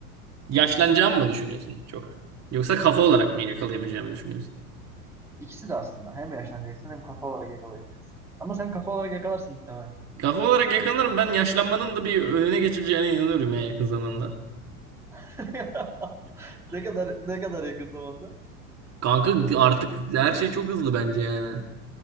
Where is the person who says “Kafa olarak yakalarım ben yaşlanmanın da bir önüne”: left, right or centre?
Right